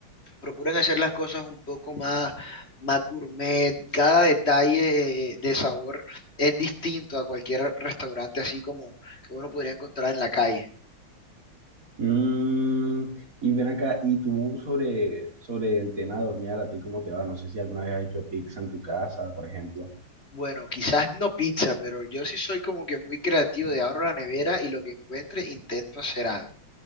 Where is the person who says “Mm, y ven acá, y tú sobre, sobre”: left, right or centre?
Right